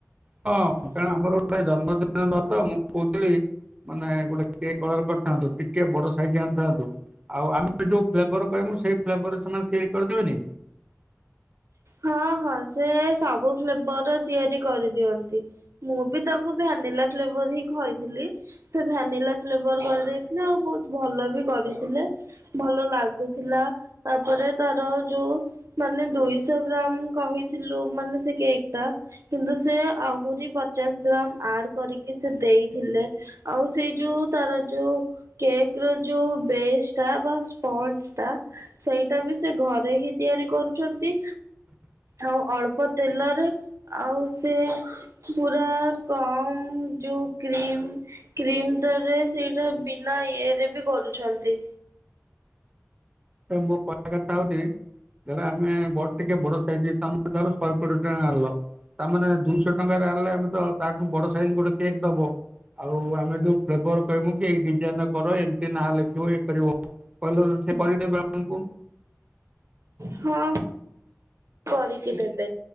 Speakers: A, on the right; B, on the right.
A: ହଁ କାରଣ ଆମର। ଗୋଟାଏ ଜନ୍ମଦିନ ର ତ ମୁଁ କହୁଥିଲି। ମାନେ ଗୋଟେ କେକ୍ ଅର୍ଡର କରିଥାନ୍ତୁ ଟିକେ ବଡ ସାଇଜି ଆଣିଥାନ୍ତୁ। ଆଉ ଆମେ ଯୋଉ ଫ୍ଲେଭର କହିମୁ ସେଇ ଫ୍ଲେଭର ସେମାନେ ତିଆରି କରିଦେବେ ନି?
B: ହଁ ହଁ ସେ ସବୁ ଫ୍ଲେବର ର ତିଆରି କରିଦିଅନ୍ତି। ମୁଁ ବି ତାଙ୍କୁ ଭ୍ୟାନିଲା ଫ୍ଲେଭର ହିଁ କହିଥିଲି। ସେ ଭାନିଲା ଫ୍ଲେଭର କରିଦେଇଥିଲେ ଆଉ ବହୁତ୍ ଭଲ ବି କରିଥିଲେ। ଭଲ ଲାଗୁଥିଲା ତାପରେ ତାର ଯୋଉ ମାନେ ଦୁଇ ଶହ ଗ୍ରାମ୍ କହିଥିଲୁ ମାନେ ସେ କେକ୍ ଟା। କିନ୍ତୁ ସେ ଆହୁରି ପଚାଶ ଗ୍ରାମ ଆଡ କରିକି ସେ ଦେଇଥିଲେ। ଆଉ ସେଇ ଯୋଉ ତାର ଯୋଉ କେକ୍ ର ଯୋଉ ବେସ୍ ଟା ବା ସ୍ପଲ୍ ଟା ସେଇଟା ବି ସେ ଘରେ ହି ତିଆରି କରୁଚନ୍ତି।
A: ହ
B: ଆଉ ଅଳ୍ପ ତେଲରେ ଆଉ ସେ ପୁରା କମ୍ ଯୋଉ କ୍ରିମ୍ କ୍ରିମ୍ ଟାରେ ସେଇଟା ବିନା ଇଏରେ ବି କରୁଛନ୍ତି।
A: ହେ ମୋ କହିବା କଥା ହଉଚି ଧର ଆମେ ବଡ୍ ଟିକେ ବଡ ଟିକେ ବଡ ସାଇଜ ତମ ଧର ଶହେ କୋଡିଏ ଟଙ୍କା ଆଣିଲ। ତା ମାନେ ଦୁଇଶହ ଟଙ୍କାରେ ଆଣିଲେ ଆମେ ତ ତାଠୁ ବଡ ସାଇଜ ଗୋଟେ କେକ୍ ଦବ। ଆଉ ଆମେ ଯୋଉ ଫ୍ଲେଭର କହିବୁ କି ଏଇ ଡିଜାଇନ ର କର ଏମତି ନାଁ ଲେଖିବ ଇଏ କରିବ। କହିଲୁ ସେ କରିଦେବେ ଆମୁକୁ।
B: ହଁ କରିକି ଦେବେ।